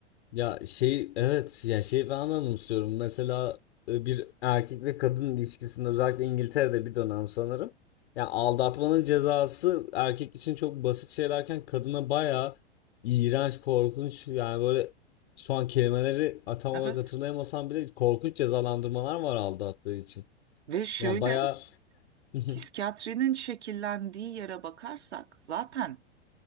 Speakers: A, on the left; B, on the right.
A: Ya şey evet yani şeyi ben anımsıyorum. Mesela e, bir erkek ve kadın ilişkisinde özellikle İngiltere'de bir dönem sanırım. Yani aldatmanın cezası erkek için çok basit şeylerken kadına bayağı iğrenç, korkunç yani böyle şu an kelimeleri tam
B: Evet.
A: olarak hatırlayamasam bile korkunç cezalandırmalar var aldattığı için.
B: Ve şöyle
A: Yani bayağı <laughs>
B: Psikiyatrinin şekillendiği yere bakarsak zaten